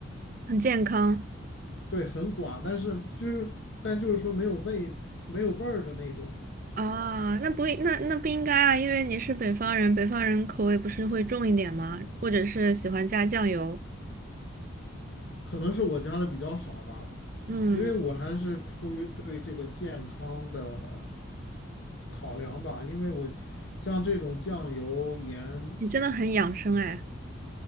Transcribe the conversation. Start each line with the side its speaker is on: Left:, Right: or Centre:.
Right: 很健康
Left: 对很寡，但是就是但就是说没有味没有味儿的那种。
Right: 啊，那不那那不应该啊，因为你是北方人，北方人口味不是会重一点吗？或者是喜欢加酱油。
Left: 可能是我加的比较少吧，
Right: 嗯，
Left: 因为我还是出于对这个健康的考量吧，因为我像这种酱油、盐
Right: 你真的很养生哎。